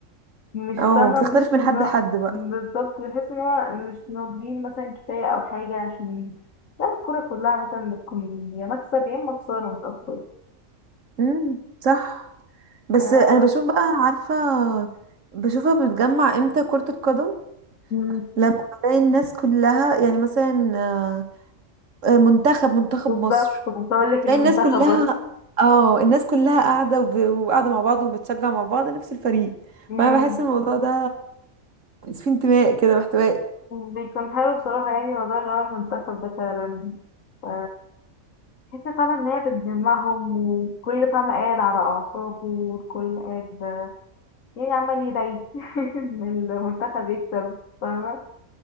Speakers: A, on the left; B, on the right.
A: مش
B: او
A: فاهمة
B: بتختلف
A: مش
B: من
A: ن...
B: حد لحد بقى
A: بالظبط بحس ان هو مش ناضجين مثلا كفاية او حاجة عشان لا الكورة كلها مثلا بتكون يا مكسب يا اما خسارة مش اكتر
B: امم صح بس
A: فبس
B: انا بشوف بقى عارفه بشوفها بتجمع امتى كره القدم
A: مم.
B: لما بلاقي الناس كلها يعني مثلا آه، آه، منتخب منتخب
A: بالظبط
B: مصر
A: كنت هقولك
B: تلاقي
A: المنتخب
B: الناس كلها
A: برضه
B: اه الناس كلها قاعده وب- وقاعده مع بعض وبتشجع مع بعض نفس الفريق
A: مم.
B: فانا بحس الموضوع ده في انتماء كده واحتواء
A: بيكون حلو بصراحة يعني موضوع اللي هو المنتخب ده فعلا ف- بحس فعلا ان هي بتجمعهم وكل فاهمة قاعد على اعصابه والكل قاعد يعني عمال يدعي <laughs> إن المنتخب يكسب فاهمة